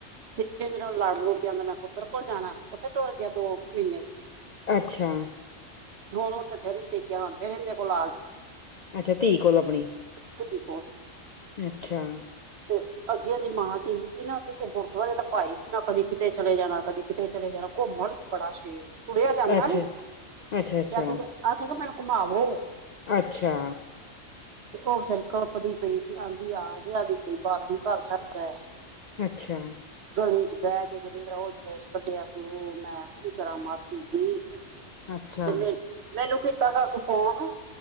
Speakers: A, on the right; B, on the left.
A: ਤੇ ਮਰੇ ਨੂੰ ਲੜ ਲੁੜ ਗਿਆਂਦਾ ਮੈਂ ਪੁੱਤਰ ਕੋਲ ਜਾਣਾ ਉੱਥੇ ਟੁਰ ਗਿਆ ਦੋ ਮਹੀਨੇ
B: ਅੱਛਾ।
A: ਹੁਣ ਥੇਰੀ ਟੇਕਿਆ ਹੋ ਫਿਰ ਇਹਦੇ ਕੋਲ ਆ ਗਿਆ
B: ਅੱਛਾ ਧੀ ਕੋਲ ਆਪਣੀ
A: ਗਿਆ ਧੀ
B: ਅੱਛਾ
A: <unintelligible> ਜਿੰਨਾ ਦੀ ਮਾਂ ਜੀਂਦੀ ਸੀ ਨਾ ਤੇ ਗੁਰਦੁਆਰੇ ਦਾ ਭਾਈ ਸੀ ਨਾ ਕਦੀ ਕਿਤੇ ਚਲੇ ਜਾਣਾ ਕਦੀ ਕਿਤੇ ਚਲੇ ਜਾਣਾ ਘੁੰਮਣ ਬੜਾ ਸ਼ੇਰ ਤੜਿਆ ਜਾਂਦਾ
B: ਅੱਛਾ
A: ਨੀ ਤੇ
B: ਅੱਛਾ ਅੱਛਾ
A: ਆਖ ਆਖਿਆ ਕੇ ਮੈਨੂੰ ਘੁਮਾਵੋ
B: ਅੱਛਾ।
A: ਤੇ ਉਹ ਬਿਚਾਰੀ ਕਲਪਦੀ ਪਈ ਸੀ ਆਂਦੀ ਆ ਗਿਆ ਵਿੱਚ ਹੀ ਬਾਥਰੂਮ ਘਰ ਛੱਡਦਾ
B: ਅੱਛਾ।
A: ਗਲੀ ਚ ਬਹਿ ਕੇ ਉਹ ਜਲੂਸ ਕੱਢਿਆ ਸੀ ਮੈਂ ਕੀ ਕਰਾਂ ਮਾਸੀ ਜੀ ਤੇ
B: ਅੱਛਾ
A: ਮੇ ਮੈਨੂੰ ਕੀਤਾ ਦੱਸ ਫੋਨ